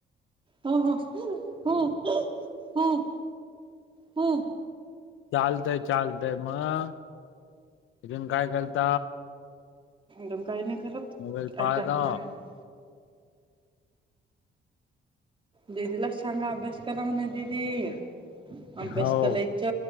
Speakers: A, on the right (about 25°); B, on the left (about 80°).
A: हो हो हो हो
B: चालतय चालतय मग तथून काय करलत
A: म काही नाही करत
B: म मोबाईल
A: काय
B: फहाय
A: करणार
B: द
A: आहे दिदीला सांगा अभ्यास कला म्हणे दीदी अभ्यास
B: हो.
A: केलाय च